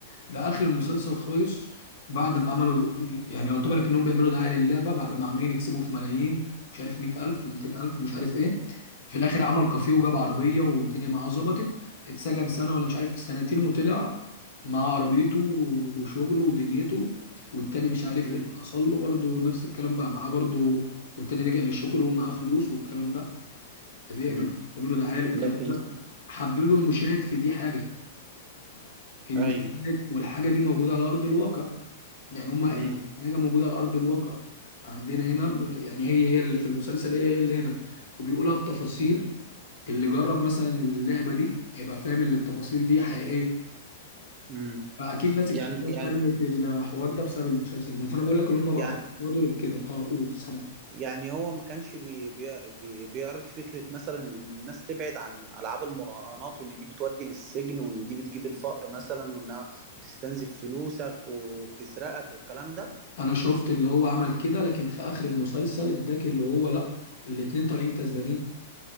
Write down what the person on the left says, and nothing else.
ده اخر المسلسل خالص بعد ما عملوا يعني يعتبر انهم بيعملوا دعاية للعبة بعد ما عمالين يكسبوا في ملايين مش عارف 100000 و200000 ومش عارف ايه في الاخر عمل كافيه وجاب عربية والدنيا معاه ظبطت اتسجن سنة ولا مش عارف سنتين وطلع مع عربيته وشغله ودنيته والتاني مش عارف
ايه اللي حصل له برضه نفس الكلام بقى معاه برضه والتاني رجع للشغل ومعاه فلوس والكلام ده طب ايه يا
جماعه بتعملوا دعايه للكلام
ده حببوا المشاهد في دي حاجه المشاهد
والحاجه دي موجوده على ارض الواقع يعني هما قايلين
حاجه موجوده على ارض الواقع عندنا هنا بغ- يعني هي هي اللي في المسلسل هي هي اللي هنا وبيقولها بتفاصيل اللي جرب مثلا اللعبه دي هيبقى فاهم ان التفاصيل دي حقيقيه
فاكيد ناس كتير
اتجهت
للحوار ده بسبب المسلسل ده فانا بقول لك اللي هم بقوا
يقعدوا لكده اه قول سامع
انا شفت اللي هو عمل كده لكن في اخر المسلسل اداك اللي هو لا الاتنين طالعين كسبانين